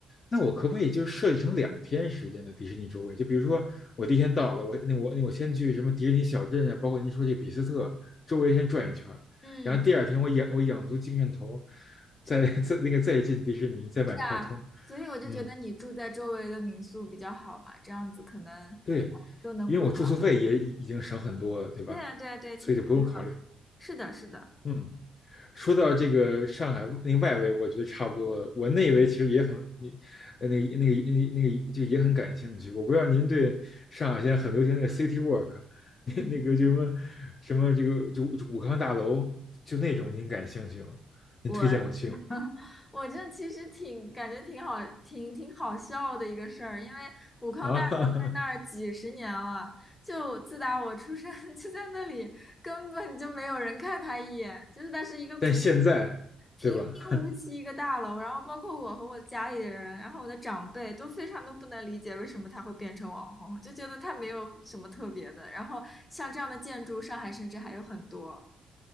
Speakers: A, on the left; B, on the left.
A: 那我可不可以就设计成两天时间的迪士尼周围？就比如说我第一天到了，我那我那我先去什么迪士尼小镇啊，包括您说这个比斯特周围先转一圈
B: 嗯，
A: 然后第二天我养我养足精神头儿，再再那个再进迪士尼，再买快通。
B: 是啊，所以我就觉得你住在周围的民宿比较好嘛，
A: 嗯，
B: 这样子可能呃
A: 对，
B: 都能顾到。
A: 因为我住宿费也已经省很多了，对吧？
B: 对啊，对啊，对，其实挺好。
A: 所以就不用考虑。
B: 是的，是的，
A: 嗯，说到这个上海那个外围，我觉得差不多了。我内围其实也很，你呃那个那个那个那个就也很感兴趣。我不知道您对上海现在很流行那个 city walk，<laughs> 那那个就什么什么这个就就武康大楼，
B: 嗯。
A: 就那种您感兴趣吗？您推荐我去吗？
B: 我。我这其实挺感觉挺好，挺挺好笑的一个事儿，因为武康大楼在那儿几十年了，
A: 啊，
B: 就自打我出生 <laughs> 就在那里，根本就没有人看他一眼，就是它是一个平
A: <laughs> 但现在对吧？
B: 平平无奇一个大楼，然后包括我和我家里的人，然后我的长辈都非常都不能理解为什么它会变成网红，就觉得它没有什么特别的，然后像这样的建筑，上海甚至还有很多。